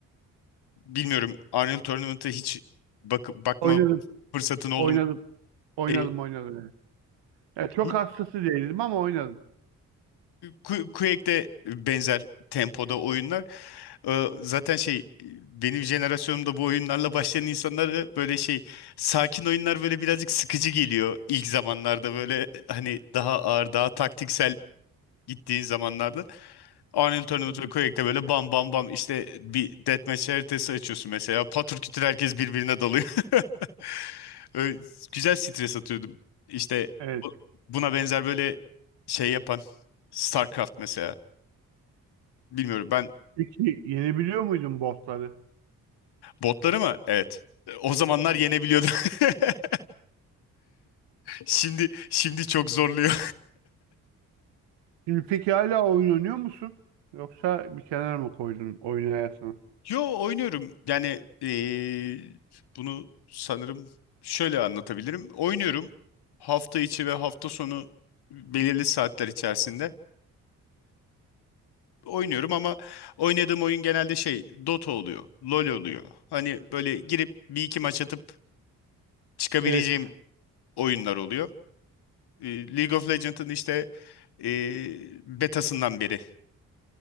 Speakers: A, on the left; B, on the right.
A: bilmiyorum Arnold Tournament'a hiç bak bakma
B: Oynadım.
A: fırsatın oldu
B: Oynadım.
A: mu?
B: Oynadım.
A: E,
B: Oynadım. Evet. Ya çok
A: hi-
B: hastası değildim ama oynadım.
A: Qu- Quake'de benzer tempoda oyunlar. E, zaten şey benim jenerasyonumda bu oyunlarla başlayan insanlara böyle şey sakin oyunlar böyle birazcık sıkıcı geliyor ilk zamanlarda böyle hani daha ağır daha taktiksel gittiğin zamanlarda. Arnold Tournament
B: Hı hı.
A: ve Quake'de böyle bam bam bam işte bir deathmatch haritası açıyorsun mesela. Patır kütür herkes birbirine dalıyor. <laughs> Öyle güzel stres atıyordum. İşte
B: Evet.
A: bu- buna benzer böyle şey yapan StarCraft mesela. Bilmiyorum ben
B: Peki yenebiliyor muydun botları?
A: botları mı? Evet. O zamanlar yenebiliyordum. <laughs> Şimdi şimdi çok zorluyor.
B: Şimdi peki hala oyun oynuyor musun? Yoksa bir kenara mı koydun oynayasını?
A: <laughs> Yo oynuyorum. Yani eee, bunu sanırım şöyle anlatabilirim. Oynuyorum hafta içi ve hafta sonu belirli saatler içerisinde. oynuyorum ama oynadığım oyun genelde şey Dota oluyor, LoL oluyor. Hani böyle girip bir iki maç atıp çıkabileceğim
B: Evet.
A: oyunlar oluyor. E, League of Legends'ın işte e, betasından beri